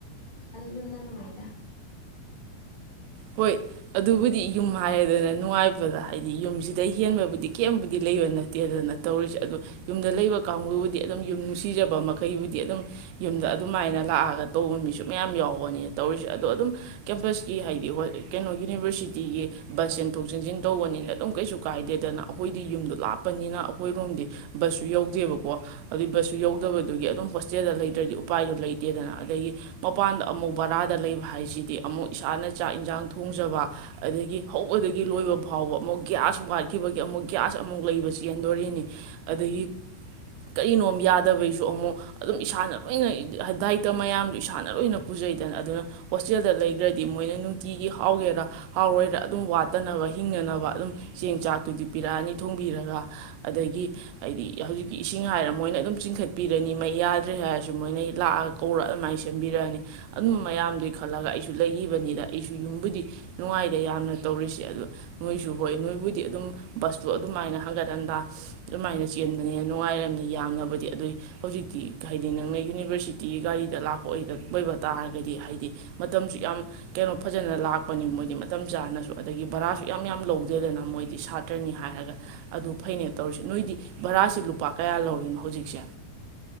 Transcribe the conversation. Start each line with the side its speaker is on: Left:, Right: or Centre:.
Left: ꯑꯗꯣ ꯌꯨꯝꯗ ꯅꯨꯡꯉꯥꯏꯗ
Right: ꯍꯣꯏ ꯑꯗꯨꯕꯨꯗꯤ ꯌꯨꯝ ꯍꯥꯏꯔꯗꯅ ꯅꯨꯡꯉꯥꯏꯕꯗ ꯍꯥꯏꯗꯤ ꯌꯨꯝꯁꯤꯗ ꯍꯦꯟꯕꯕꯨꯗꯤ ꯀꯦꯝꯕꯨꯗꯤ ꯂꯩꯕ ꯅꯠꯇꯦꯗꯅ ꯇꯧꯔꯤꯁꯦ ꯑꯗꯣ ꯌꯨꯝꯗ ꯂꯩꯕ ꯀꯥꯡꯕꯨꯕꯨꯗꯤ ꯑꯗꯨꯝ ꯌꯨꯝ ꯅꯨꯡꯁꯤꯖꯕ ꯃꯈꯩꯕꯨꯗꯤ ꯑꯗꯨꯝ ꯌꯨꯝꯗ ꯑꯗꯨꯃꯥꯏꯅ ꯂꯥꯛꯑꯒ ꯇꯧꯕ ꯃꯤꯁꯨ ꯃꯌꯥꯝ ꯌꯥꯎꯕꯅꯤꯅ ꯇꯧꯔꯤꯁꯦ ꯑꯗꯣ ꯑꯗꯨꯝ ꯀꯦꯝꯄꯁꯀꯤ ꯍꯥꯏꯗꯤ ꯀꯩꯅꯣ ꯌꯨꯅꯤꯚꯔꯁꯤꯇꯤꯒꯤ ꯕꯁ ꯆꯦꯟꯊꯣꯛ ꯆꯦꯟꯁꯤꯟ ꯇꯧꯕꯅꯤꯅ ꯑꯗꯨꯝ ꯀꯩꯁꯨ ꯀꯥꯏꯗꯦꯗꯅ ꯑꯩꯈꯣꯏꯗꯤ ꯌꯨꯝꯗꯣ ꯂꯥꯞꯄꯅꯤꯅ ꯑꯩꯈꯣꯏꯔꯣꯝꯗꯤ ꯕꯁꯁꯨ ꯌꯧꯗꯦꯕꯀꯣ ꯑꯗꯨꯏ ꯕꯁꯁꯨ ꯌꯧꯗꯕꯗꯨꯒꯤ ꯑꯗꯨꯝ ꯍꯣꯁꯇꯦꯜꯗ ꯂꯩꯇ꯭ꯔꯗꯤ ꯎꯄꯥꯏꯗꯣ ꯂꯩꯇꯦꯗꯅ ꯑꯗꯒꯤ ꯃꯄꯥꯟꯗ ꯑꯃꯨꯛ ꯕꯔꯥꯗ ꯂꯩꯕ ꯍꯥꯏꯁꯤꯗꯤ ꯑꯃꯨꯛ ꯏꯁꯥꯅ ꯆꯥꯛ ꯏꯟꯁꯥꯡ ꯊꯣꯡꯖꯕ ꯑꯗꯒꯤ ꯍꯧꯕꯗꯒꯤ ꯂꯣꯏꯕ ꯐꯥꯎꯕ ꯑꯃꯨꯛ ꯒ꯭ꯌꯥꯁ ꯋꯥꯠꯈꯤꯕꯒꯤ ꯑꯃꯨꯛ ꯒ꯭ꯌꯥꯁ ꯑꯃꯨꯛ ꯂꯩꯕ ꯆꯦꯟꯗꯣꯔꯤꯅꯤ ꯑꯗꯒꯤ ꯀꯔꯤꯅꯣ ꯌꯥꯗꯕꯩꯁꯨ ꯑꯃꯨꯛ ꯑꯗꯨꯝ ꯏꯁꯥꯅ ꯂꯣꯏꯅ ꯗꯥꯏꯇ ꯃꯌꯥꯝꯗꯨ ꯏꯁꯥꯅ ꯂꯣꯏꯅ ꯄꯨꯖꯩꯗꯅ ꯑꯗꯨꯅ ꯍꯣꯁꯇꯦꯜꯗ ꯂꯩꯈ꯭ꯔꯗꯤ ꯃꯣꯏꯅ ꯅꯨꯡꯇꯤꯒꯤ ꯍꯥꯎꯒꯦꯔ ꯍꯥꯎꯔꯣꯏꯔ ꯑꯗꯨꯝ ꯋꯥꯠꯇꯅꯕ ꯍꯤꯡꯅꯅꯕ ꯑꯗꯨꯝ ꯆꯦꯡ ꯆꯥꯛꯇꯨꯗꯤ ꯄꯤꯔꯛꯑꯅꯤ ꯊꯣꯡꯕꯤꯔꯒ ꯑꯗꯒꯤ ꯍꯥꯏꯗꯤ ꯍꯧꯖꯤꯛꯀꯤ ꯏꯁꯤꯡ ꯍꯥꯏꯔ ꯃꯣꯏꯅ ꯑꯗꯨꯝ ꯆꯤꯡꯈꯠꯄꯤꯔꯅꯤ ꯃꯩ ꯌꯥꯗ꯭ꯔꯦ ꯍꯥꯏꯔꯁꯨ ꯃꯣꯏꯅ ꯂꯥꯛꯑꯒ ꯀꯧꯔ ꯑꯗꯨꯃꯥꯏꯅ ꯁꯦꯝꯕꯤꯔꯛꯑꯅꯤ ꯑꯗꯨꯝꯕ ꯃꯌꯥꯝꯗꯨ ꯈꯜꯂꯒ ꯑꯩꯁꯨ ꯂꯩ ꯏꯕꯅꯤꯗ ꯑꯩꯁꯨ ꯌꯨꯝꯕꯨꯗꯤ ꯅꯨꯡꯉꯥꯏꯗ ꯌꯥꯝꯅ ꯇꯧꯔꯤꯁꯦ ꯑ ꯅꯣꯏꯁꯨ ꯍꯣꯏ ꯅꯣꯏꯕꯨꯗꯤ ꯑꯗꯨꯝ ꯕꯁꯇꯣ ꯑꯗꯨꯃꯥꯏꯅ ꯍꯟꯒꯠ ꯍꯟꯗꯥ ꯑꯗꯨꯃꯥꯏꯅ ꯆꯦꯟꯕꯅꯤꯅ ꯅꯨꯡꯉꯥꯏꯔꯝꯅꯤ ꯌꯥꯝꯅꯕꯨꯗꯤ ꯑꯗꯨꯏ ꯍꯧꯖꯤꯛꯇꯤ ꯍꯥꯏꯗꯤ ꯅꯪꯅ ꯌꯨꯅꯤꯚꯔꯁꯤꯇꯤꯒꯤ ꯒꯥꯔꯤꯗ ꯂꯥꯛꯄ ꯑꯣꯏꯕ ꯇꯥꯔꯒꯗꯤ ꯍꯥꯏꯗꯤ ꯃꯇꯝꯁꯨ ꯌꯥꯝ ꯀꯩꯅꯣ ꯐꯖꯅ ꯂꯥꯛꯄꯅꯤ ꯃꯣꯏꯗꯤ ꯃꯇꯝ ꯆꯥꯅꯁꯨ ꯑꯗꯒꯤ ꯚꯔꯥꯁꯨ ꯌꯥꯝ ꯌꯥꯝ ꯂꯧꯗꯦꯗꯅ ꯃꯣꯏꯗꯤ ꯁꯥꯇ꯭ꯔꯅꯤ ꯍꯥꯏꯔꯒ ꯑꯗꯨ ꯐꯅꯦ ꯇꯧꯔꯤꯁꯤ ꯅꯣꯏꯗꯤ ꯚꯔꯥꯁꯤ ꯂꯨꯄꯥ ꯀꯌꯥ ꯂꯧꯔꯤꯅꯣ ꯍꯧꯖꯤꯛꯁꯦ